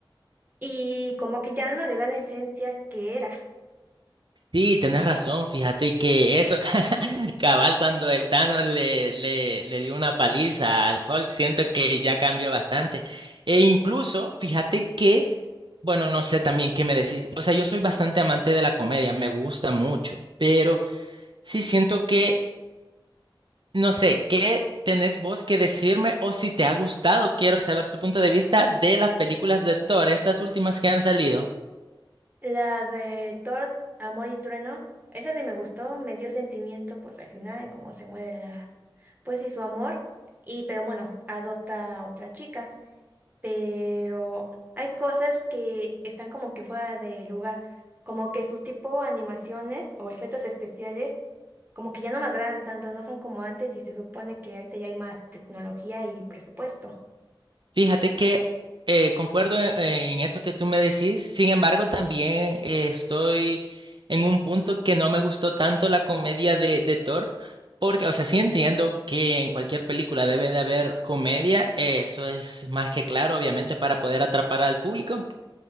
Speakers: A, on the right; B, on the right.
A: y como que ya no le da la esencia que era.
B: Sí, tenés razón, fíjate que eso, <laughs> cabal, cuando el Thanos le, le, le dio una paliza al Hulk, siento que ya cambió bastante. E incluso, fíjate que, bueno, no sé también qué me decís, o sea, yo soy bastante amante de la comedia, me gusta mucho, pero sí siento que, no sé, ¿qué tenés vos que decirme o si te ha gustado? Quiero saber tu punto de vista de las películas de Thor, estas últimas que han salido.
A: La de Thor, Amor y Trueno, esa sí me gustó, me dio sentimiento pues al final de cómo se muere la, pues y su amor, y pero bueno, adopta a otra chica, pero hay cosas que están como que fuera de lugar, como que su tipo de animaciones o efectos especiales, como que ya no me agradan tanto, no son como antes y se supone que ahorita ya hay más tecnología y presupuesto.
B: Fíjate que eh, concuerdo en, en eso que tú me decís, sin embargo también eh, estoy en un punto que no me gustó tanto la comedia de, de Thor, porque, o sea, sí entiendo que en cualquier película debe de haber comedia, eso es más que claro, obviamente, para poder atrapar al público.